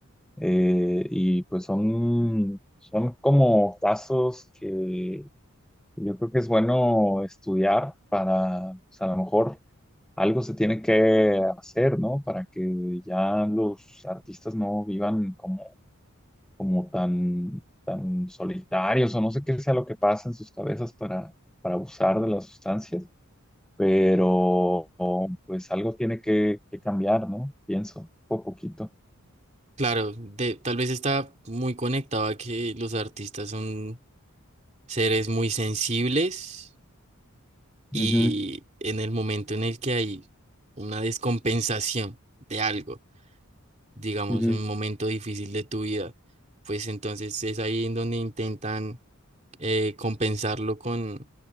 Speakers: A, in the centre; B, on the right (about 30°).
A: Eh, y pues son, son como casos que yo creo que es bueno estudiar para, pues a lo mejor algo se tiene que hacer, ¿no? Para que ya los artistas no vivan como, como tan solitarios o no sé qué sea lo que pasa en sus cabezas para, para abusar de las sustancias, pero pues algo tiene que, que cambiar, ¿no? Pienso, poco a poquito.
B: Claro, de, tal vez está muy conectado a que los artistas son seres muy sensibles y
A: Ujú,
B: en el momento en el que hay una descompensación de algo digamos,
A: ujú,
B: un momento difícil de tu vida, pues entonces es ahí en donde intentan eh, compensarlo con,